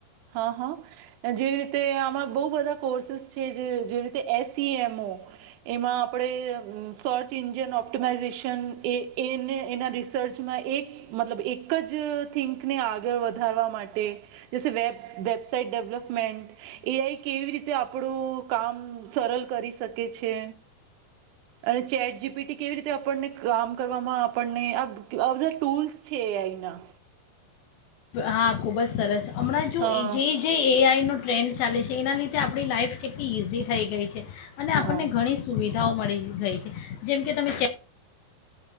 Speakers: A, on the right (about 80°); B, on the left (about 70°).
A: હ હઅ જેવી રીતે આમાં બોહ બધા કોર્સસ જે જેવી રીતે એસ સી એમ ઓ એમાં આપણે સર્ચ ઈન્જિન ઓપ્ટમાઈઝેશન એ એના રિસર્ચમાં એક મતલબ એક જ થિંકને આગળ વધારવા માટે જેસે વેબ વેબસાાઈટ ડેવલપમેન્ટ એઆઈ કેવી રીતે આપણું કામ સરળ કરી શકે છે અને ચેટ જીપીટી કેવી રીતે આપણને કામ કરવામાં આપણને આ બધા ટૂલ્સ છે એઆઈના
B: હા ખૂબ જ સરસ હમણાં જો
A: હા
B: જે જે એ આઈનો ટ્રેન્ડ ચાલે છે જે એના લીધે આપણી લાઇફ કેટલી ઇઝી થઈ ગઈ છે અને
A: હા
B: આપણને ઘણી સુવિ વિધાઓ મળી ગઈ છે જેમ કે તમે ચે